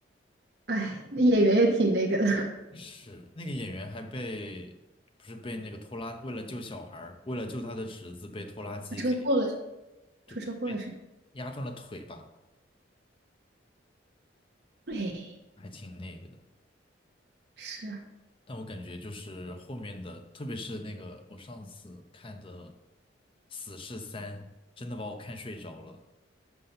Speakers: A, on the right; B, on the left.
A: 哎，那演员也挺那个的。
B: 是那个演员还被不是被那个拖拉，为了救小孩儿为了救他的侄子，被拖拉机给
A: <laughs> 出车祸了，
B: 对被压断了腿吧，
A: 出车祸了是吧？哎，
B: 还挺那个的。
A: 是啊，
B: 但我感觉就是后面的，特别是那个我上次看的《死侍三》，真的把我看睡着了。